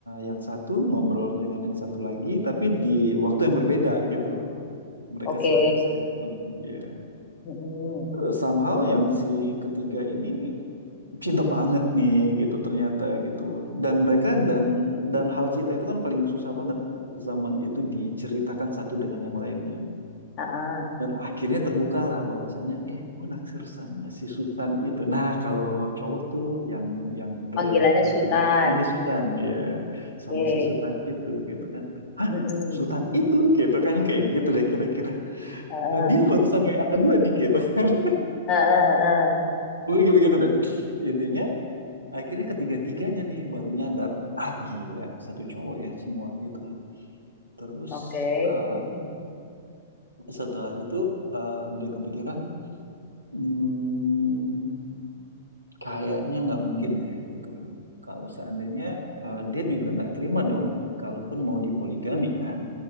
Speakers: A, on the right; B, on the left.
A: yang satu, ngobrol dengan yang satu lagi, tapi di waktu yang berbeda gitu loh. Mereka
B: Oke.
A: sel- saling ketemu. Iya.
B: Mm-mm.
A: Eh, Somehow yang si ketiga ini cinta banget nih gitu ternyata gitu loh. Dan mereka dan dan hal cinta itu kan paling susah banget zaman itu diceritakan satu dengan yang lainnya.
B: Ah,
A: Dan akhirnya terbukalah bahwasannya, eh, gue naksir sama si Sultan itu. Nah, kalau cowok tuh yang yang derajatnya
B: Panggilannya Sultan.
A: tinggi Sultan ya, sama
B: Oke.
A: si Sultan itu gitu kan. Hah?
B: Mm-mm.
A: Sultan itu gitu kan kayak gitu deh kira-kira.
B: Ah,
A: "Eh, Dia barusan WA gue nih gitu kan. <laughs>
B: ah, ah, ah.
A: Gue gitu-gitu deh. Intinya akhirnya ketiga-tiganya nih baru nyadar, ah gila, satu cowok ya semua gitu loh. Terus
B: Oke.
A: eh,
B: Mm-mm.
A: setelah itu eh, dia kepikiran, hmm. Kayaknya nggak mungkin deh gitu loh. Kalau seandainya eh, dia juga nggak terima dong, kalaupun mau dipoligami kan.